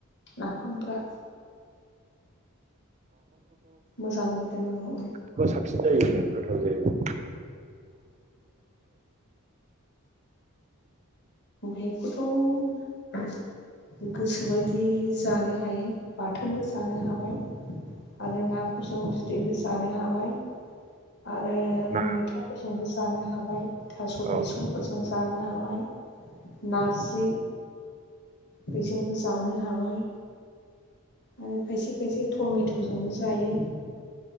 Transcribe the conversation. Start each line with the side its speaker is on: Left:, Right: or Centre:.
Left: नाफामब्रा। मोजांङै दोननांगौ उम
Right: फो साबसिन जायो होनो गोथाव जायो।
Left: बेखौथ'। गोसोबायदि जानो हायो बाथोनबो जानो हाबाय। आरो नाफोरजों बिदैबो जानो हाबाय। आरो
Right: नाफोरजों लगायनानै जायोब्ला औ ना
Left: मैथाफोरजोंबो जानो हाबाय थास' बिसंफोरजों
Right: औ
Left: जानो हाबाय। नारजि बेजोंबो जानो हाबाय। आरो खायसे खायसे टमेट'जोंबो जायो।